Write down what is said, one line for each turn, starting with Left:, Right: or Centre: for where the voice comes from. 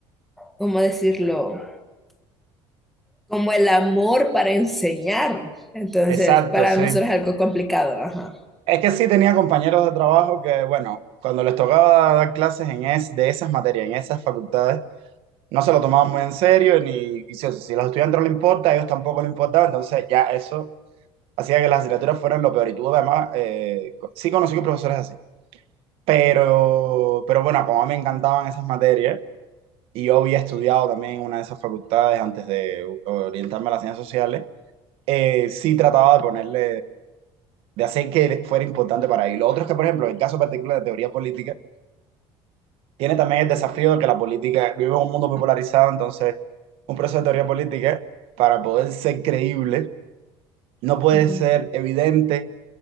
Centre: ¿cómo decirlo? Como el amor para enseñar. Entonces,
Right: Exacto,
Centre: para
Right: sí.
Centre: nosotros es algo complicado, ajá.
Right: Es que sí tenía compañeros de trabajo que, bueno, cuando les tocaba dar clases en es, de esas materias, en esas facultades, no se lo tomaban muy en serio, ni y si, si a los estudiantes no les importa, a ellos tampoco les importaba, entonces ya eso hacía que las asignaturas fueran lo peor. Y tuve además, eh, co- sí conocí que profesores así, pero, pero bueno, como a mí me encantaban esas materias, y yo había estudiado también en una de esas facultades antes de orientarme a las ciencias sociales, eh, sí trataba de ponerle de hacer que fuera importante para él. Lo otro es que, por ejemplo, en el caso particular de teoría política, tiene también el desafío de que la política vive en un mundo muy polarizado, entonces un proceso de teoría política, para poder ser creíble, no puede
Centre: Ujú,
Right: ser evidente